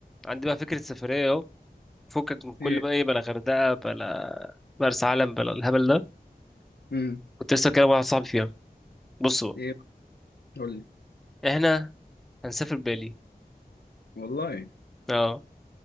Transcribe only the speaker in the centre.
عندي بقى فكرة سفرية اهو فكك من كل
بقى ايه بلا غردقة بلا مرسى علم بلا الهبل ده
كنت لسه كده واحد صاحبي فيها بص بقى
احنا هنسافر بالي
اه